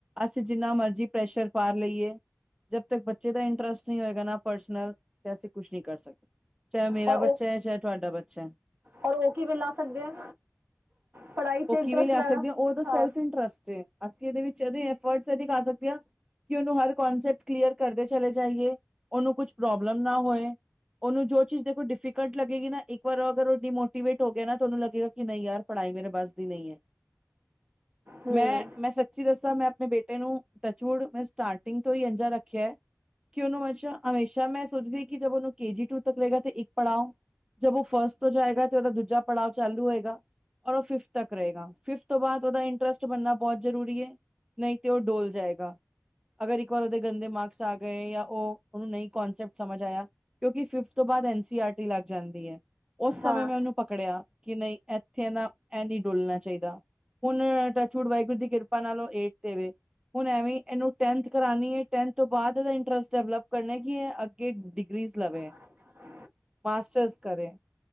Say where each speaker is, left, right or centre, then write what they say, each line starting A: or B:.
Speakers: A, on the right; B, on the right.
A: ਅਸੀਂ ਜਿੰਨਾ ਮਰਜ਼ੀ ਪ੍ਰੈਸ਼ਰ ਪਾ ਲਈਏ ਜਦ ਤੱਕ ਬੱਚੇ ਦਾ ਇੰਟਰਸਟ ਨਹੀਂ ਹੋਏਗਾ ਨਾ ਪਰਸਨਲ ਤੇ ਅਸੀਂ ਕੁਛ ਨਹੀਂ ਕਰ ਸਕਦੇ ਚਾਹੇ ਮੇਰਾ
B: ਔਰ
A: ਬੱਚਾ
B: ਉਹ
A: ਹੈ ਚਾਹੇ ਤੁਹਾਡਾ ਬੱਚਾ ਹੈ
B: ਔਰ ਉਹ ਕਿਵੇਂ ਲਾ ਸਕਦੇ ਆ ਪੜ੍ਹਾਈ ਚ
A: ਉਹ
B: ਇੰਟਰਸਟ
A: ਕਿਵੇਂ ਲਿਆ
B: ਲੈਣਾ
A: ਸਕਦੇ ਆ ਉਹਦਾ ਸੈਲਫ
B: ਹਾਂ
A: ਇੰਟਰਸਟ ਅਸੀਂ ਇਹਦੇ ਵਿੱਚ ਇਹਦੇ ਐਫਰਟ ਇਹਦੇ ਕਰ ਸਕਦੇ ਹ ਕਿ ਉਹਨੂੰ ਹਰ ਕਨਸੈਪਟ ਕਲੀਅਰ ਕਰਦੇ ਚਲੇ ਜਾਈਏ ਉਹਨੂੰ ਕੁਛ ਪ੍ਰੋਬਲਮ ਨਾ ਹੋਏ ਉਹਨੂੰ ਜੋ ਚੀਜ਼ ਦੇਖੋ ਡਿਫੀਕਲਟ ਲੱਗੇਗੀ ਨਾ ਇੱਕ ਵਾਰ ਅਗਰ ਉਹ ਡੀਮੋਟੀਵੇਟ ਹੋ ਗਿਆ ਨਾ ਤੁ ਉਹਨੂੰ ਲੱਗੇਗਾ ਕਿ ਨਹੀਂ ਯਾਰ ਪੜ੍ਹਾਈ ਮੇਰੇ ਬੱਸ ਦੀ ਨਹੀਂ ਹੈ
B: ਹਮ
A: ਮੈਂ ਮੈਂ ਸ ਤੁਸੀਂ ਦੱਸਾਂ ਮੈਂ ਆਪਣੇ ਬੇਟੇ ਨੂੰ ਟੱਚ ਵੁਡ ਮੈਂ ਸਟਾਰਟਿੰਗ ਤੋਂ ਹੀ ਐਦਾਂ ਰੱਖਿਆ ਕਿ ਉਹਨੂੰ <unintelligible> ਹਮੇਸ਼ਾ ਮੈਂ ਸੋਚਦੀ ਹ ਕਿ ਜ ਉਹਨੂੰ ਕੇ ਜੀ ਟੂ ਤੱਕ ਰਹੇਗਾ ਤੇ ਇੱਕ ਪੜ੍ਹਾਓ ਜਬ ਉਹ ਫਰਸਟ ਤੋਂ ਜਾਏਗਾ ਤੇ ਉਹਦਾ ਦੂਜਾ ਪੜਾਅ ਚਾਲੂ ਹੋਏਗਾ ਔਰ ਉਹ ਫਿਫ ਤੱਕ ਰਹੇਗਾ ਫਿਫਥ ਤੋਂ ਬਾਅਦ ਉਹਦਾ ਇੰਟਰਸਟ ਬਣਨਾ ਬਹੁਤ ਜ਼ਰੂਰੀ ਹੈ ਨਹੀਂ ਤੇ ਉਹ ਡੋਲ ਜਾਏਗਾ ਅਗਰ ਇੱਕ ਵਾਰ ਉਹਦੇ ਗੰਦੇ ਮਾਰਕਸ ਆ ਗਏ ਜਾਂ ਉਹ ਉਹਨੂੰ ਨਹੀਂ ਕੋਂਨਸੈਪਟ ਸਮਝ ਆਇਆ ਕਿਉਂਕਿ ਫਿਫਥ ਤੋਂ ਬਾਅਦ ਐਨ ਸੀ ਆਰ ਟੀ ਲੱਗ ਜਾਂਦੀ ਐ। ਉਸ ਸਮੇਂ
B: ਹਾਂ
A: ਮੈਂ ਉਹਨੂੰ ਪਕੜਿਆ ਕਿ ਨਹੀਂ ਇੱਥੇ ਨਾ ਇਹ ਨਹੀਂ ਡੁਲਣਾ ਚਾਹੀਦਾ। ਹੁਣ ਟੱਚ ਵੁੱਡ ਵਾਹਿਗੁਰੂ ਦੀ ਕਿਰਪਾ ਨਾਲੋਂ ਏਠ ਦੇ ਵਿੱਚ ਹੁਣ ਐਵੇਂ ਇਹਨੂੰ ਟੈਨਥ ਕਰਾਉਣੀ ਐ ਟੈਨਥ ਤੋਂ ਬਾਅਦ ਇਹਦਾ ਇੰਟਰਸਟ ਡਿਵਲਪ ਕਰਨਾ ਕੀ ਇਹ ਅੱ ਕਿ ਡਿਗਰੀਜ਼ ਲਵੇ।
B: <unintelligible>
A: ਮਾਸਟਰਸ ਕਰੇ।